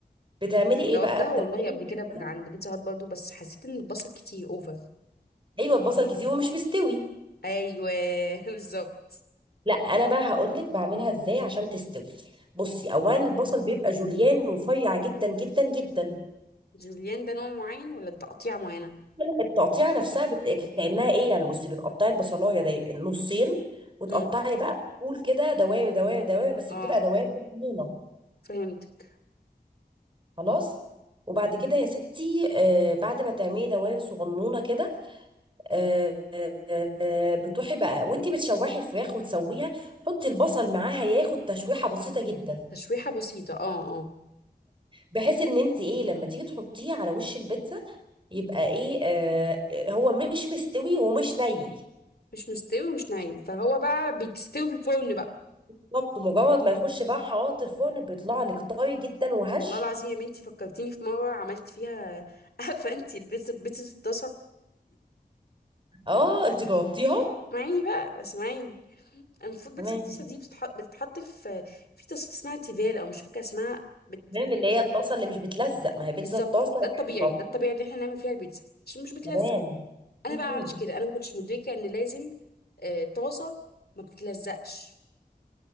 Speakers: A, on the right; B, on the left.
A: بتعملي ايه
B: جربتها
A: بقى بتعملي
B: والله قبل
A: البيتزا
B: كده من عند بيتزا هات برضه بس حسيت ان البصل كتير اوفر
A: ايوه البصل كتير ومش مستوي
B: ايوه <laughs> بالظبط
A: لا انا بقى هقول لك بعملها ازاي عشان تستوي بصي اولا البصل بيبقى جوليان ورفيع جدا جدا جدا
B: جوليان ده نوع معين ولا ده تقطيع معينه
A: لا، التقطيعه نفسها بت... كانها ايه يعني بصي بتقطعي البصلايه دي نصين وتقطعي
B: امم
A: بقى طول كده دواير دواير دواير بس
B: اه
A: بتبقى دواير صغنونه
B: فهمتك
A: خلاص وبعد كده يا ستي آه بعد ما تعملي دواير صغنونه كده آه آه آه بتروحي بقى وانتي بتشوحي الفراخ وتسويها حطي البصل معاها ياخد تشويحه بسيطه جدا
B: تشويحه بسيطه اه اه
A: بحيث ان انت ايه لما تيجي تحطيه على وش البيتزا يبقى ايه آه هو مش مستوي ومش ني
B: مش مستوي ومش ني فهو بقى بتستوي في الفرن بقى
A: بالظبط مجرد ما يخش بقى حرارة الفرن بيطلع لك طري جدا وهش
B: والله العظيم يا بنتي فكرتيني في مره عملت فيها <laughs> عارفه انت البيتزا بيتزا الطاسه
A: اه انت جربتيها
B: اسمعيني بقى اسمعيني المفروض بيتزا
A: تمام
B: الطاسه دي بتتحط بتتحط في في طاسه اسمها تيفال او مش فاكره اسمها بت...
A: تمام اللي هي الطاسة اللي مش بتلزق ما هي بيتزا
B: بالظبط
A: الطاسة
B: ده
A: يعني
B: الطبيعي
A: المفروض
B: ده الطبيعي اللي احنا نعمل فيها البيتزا عشان مش بتلزق
A: تمام
B: انا
A: مم.
B: بقى عملتش كده انا ما كنتش مدركه ان لازم آه، طاسه ما بتتلزقش